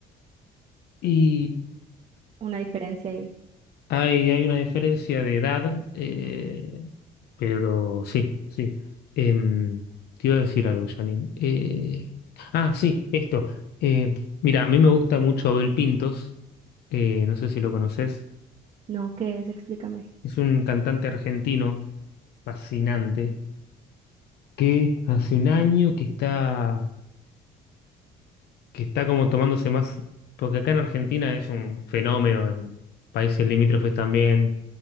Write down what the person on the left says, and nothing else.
Y
Hay, hay una diferencia de edad, eh, pero sí, sí. Em, te iba a decir algo, Janine. Eh, ah, sí, esto. Eh, mira, a mí me gusta mucho Abel Pintos. eh, no sé si lo conoces.
Es un cantante argentino fascinante que hace un año que está que está como tomándose más, porque acá en Argentina es un fenómeno, en países limítrofes también,